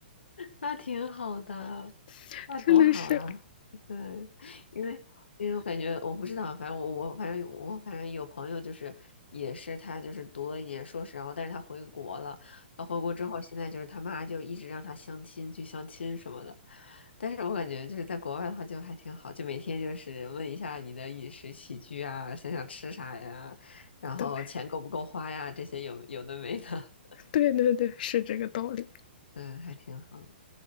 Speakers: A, on the left; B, on the left.
A: 那挺好的。
B: <laughs>
A: 那多好啊！
B: 真的是。
A: 对，因为因为我感觉我不知道，反正我我反正我反正有朋友就是也是他就是读了一年硕士，然后但是他回国了，他回国之后现在就是他妈就一直让他相亲去相亲什么的，但是我感觉就是在国外的话就还挺好，就每天就是问一下你的饮食起居啊，想想吃啥呀，然后钱够不够花呀，
B: 对
A: 这些有有的没的，
B: 对对对，是这个道理。
A: <laughs> 嗯，还挺好。